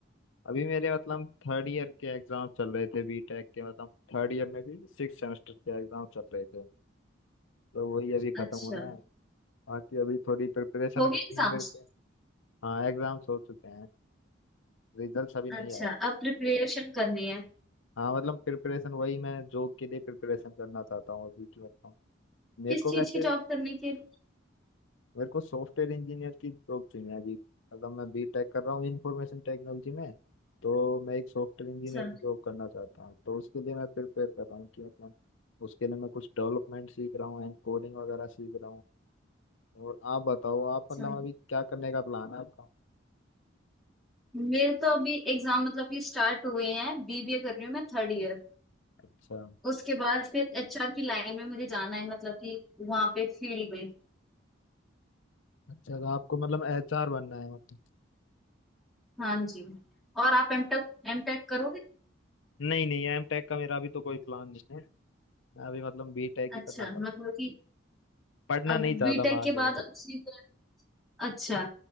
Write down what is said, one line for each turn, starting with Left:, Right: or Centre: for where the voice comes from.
Left: अभी मेरे मतलब थर्ड ईयर के एग्जाम चल रहे थे बीटेक के मतलब थर्ड ईयर में भी सिक्स सेमेस्टर के एग्जाम चल रहे थे तो वही अभी खत्म
Centre: अच्छा
Left: हुए हैं बाकी अभी थोड़ी प्रिपरेशन
Centre: हो गए
Left: करनी
Centre: एग्जाम्स
Left: है मेरे को हाँ एग्जाम्स हो चुके हैं रिजल्ट्स अभी
Centre: अच्छा
Left: नहीं आए
Centre: अब प्रिपरेशन करनी है
Left: हाँ मतलब प्रिपरेशन वही मैं जॉब के लिए प्रिपरेशन करना चाहता हूँ अभी की मतलब मेरे
Centre: किस
Left: को
Centre: चीज
Left: वैसे
Centre: की जॉब करने के लिए
Left: मेरे को सॉफ्टवेयर इंजीनियर की जॉब चाहिए अभी अगर मैं बीटेक कर रहा हूँ इंफॉर्मेशन टेक्नोलॉजी में तो मैं एक सॉफ्टवेयर इंजीनियर
Centre: अच्छा
Left: की जॉब करना चाहता हूँ तो उसके लिए मैं प्रिपेयर कर रहा हूँ कि मतलब उसके लिए मैं कुछ डेवलपमेंट सीख रहा हूँ एंड कोडिंग वगैरह सीख रहा हूँ और आप बताओ आप
Centre: अच्छा
Left: मतलब अभी क्या करने का प्लान है आपका
Centre: मेरे तो अभी एग्जाम मतलब कि स्टार्ट हुए हैं बीबीए कर रही हूँ मैं थर्ड ईयर
Left: अच्छा
Centre: उसके बाद फिर एचआर की लाइन में मुझे जाना है मतलब कि वहां पे फील्ड में
Left: अच्छा तो आपको मतलब एचआर बनना है मतलब
Centre: हाँ जी और आप एमटेक एमटेक करोगे
Left: नहीं नहीं एम टेक का मेरा अभी तो कोई प्लान नहीं है मैं अभी मतलब बी टेक ही
Centre: अच्छा
Left: करना चाहता
Centre: मतलब कि
Left: पढ़ना
Centre: अब
Left: नहीं चाहता
Centre: बीटेक
Left: मैं आगे
Centre: के बाद
Left: और
Centre: अब सीधे अच्छा